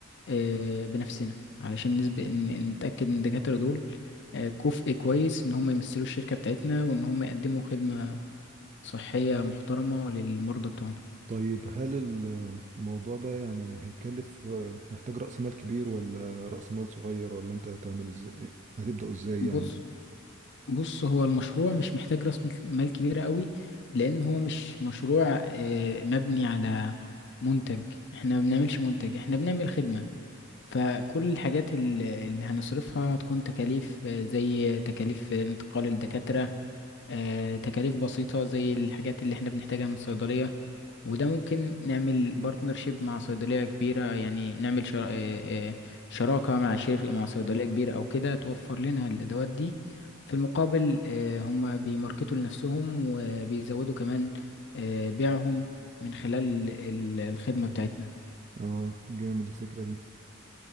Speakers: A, on the left; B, on the right.
A: آه، بنفسنا علشان نسبق ان نتأكد ان الدكاترة دول آه، كفء كويس ان هم يمثلوا الشركة بتاعتنا وان هم يقدموا خدمة صحية محترمة للمرضى بتوعنا
B: طيب هل الموضوع ده يعني هيكلف هيحتاج رأس مال كبير ولا رأس مال صغير ولا انت هتعمل ازاي هتبدأوا ازاي
A: بص
B: يعني
A: بص هو المشروع مش محتاج راس مل- مال كبيرة قوي لأن هو مش مشروع آه، مبني على منتج احنا ما بنعملش منتج احنا بنعمل خدمة فكل الحاجات ال- اللي هنصرفها هتكون تكاليف آه، زي تكاليف انتقال الدكاترة آه، تكاليف بسيطة زي الحاجات اللي احنا بنحتاجها من صيدلية وده ممكن نعمل بارتنرشيب مع صيدلية كبيرة يعني نعمل شر... آه، آه، شراكة مع شركة مع صيدلية كبيرة أو كده توفر لنا الأدوات دي في المقابل آه، هم بيماركتوا لنفسهم وبيزودوا كمان آه، بيعهم من خلال ال- الخدمة بتاعتنا
B: اه جامد الفكرة دي